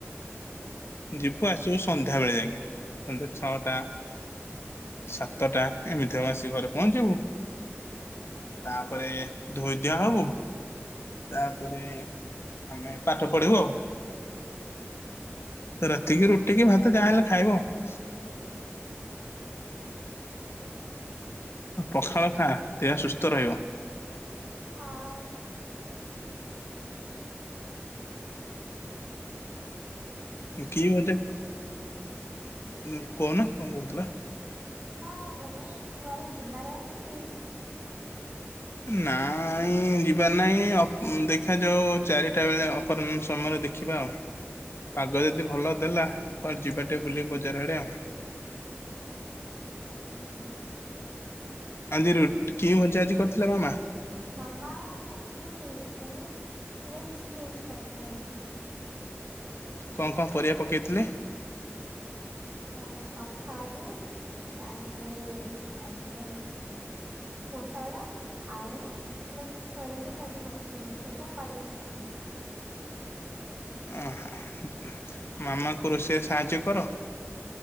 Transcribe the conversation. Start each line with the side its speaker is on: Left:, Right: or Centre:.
Left: ଯିବୁ, ଆସିବୁ। ସନ୍ଧ୍ୟା ବେଳେ ଯାଇକି, ସନ୍ଧ୍ୟା ଛଅଟା। ସାତଟା ଏମିତି ହବ, ଆସି ଘରେ ପହଞ୍ଚିବୁ। ତାପରେ ଧୋଇଧୁଆ ହବୁ। ତାପରେ ଆମେ ପାଠ ପଢିବୁ ଆଉ। ରାତିକି ରୁଟି କି ଭାତ, ଯାହାଲେ ଖାଇବୁ ଆଉ। ପଖାଳ ଖା, ଦେହ ସୁସ୍ଥ ରହିବ।
Right: ହଁ।
Left: କି ଭଜା, କହୁନା। କଣ କହୁଥିଲ?
Right: ନା, ମାନେ କୁଆଡ଼େ ଯିବାର ଅଛି?
Left: ନା ଉଁ ଯିବାର ନାହିଁ। ଅ ଦେଖାଯାଉ ଚାରିଟା ବେଳେ ଅପରାହ୍ନ ସମୟରେ ଦେଖିବା ଆଉ। ପାଗ ଯଦି ଭଲ ଦେଲା, କୁଆଡ଼େ ଯିବା ଟେ, ବୁଲି ବଜାର ଆଡ଼େ ଆଉ।
Right: <unintelligible>
Left: ଆଜି ରୁଟ୍ କି ଭଜା ଆଜି କରିଥିଲ, ମୋ ମା?
Right: ମାମା ଅଛି, ମାନେ ମିକ୍ସ୍ ଭେଜ୍‌ ତରକାରୀ।
Left: କଁ କଁ ପରିବା ପକେଇଥିଲେ?
Right: ତ କଖାରୁ ତାପରେ ଏ ନାଇଁ ପୁଟଳ, ଆଳୁ ମିକ୍ସ କରିକି ତମକୁ ପଠେଇଲି ସେଇଟା ପନିର୍ ଟିକି।
Left: ଓହୋ ମାମାଙ୍କୁ ରୋଷେଇରେ ସାହାଯ୍ୟ କର?